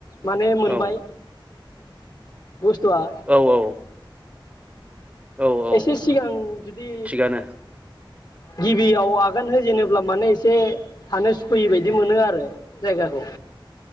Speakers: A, on the left (about 50°); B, on the right (about 15°).
A: माने मोनबाय
B: औ
A: बुस्थुआ
B: औ औ औ औ
A: एसे सिगां जुदि
B: थिगानो
A: गिबियाव आगान होजेनोब्ला माने एसे थानो सुखुयै बायदि मोनो आरो जायगाखौ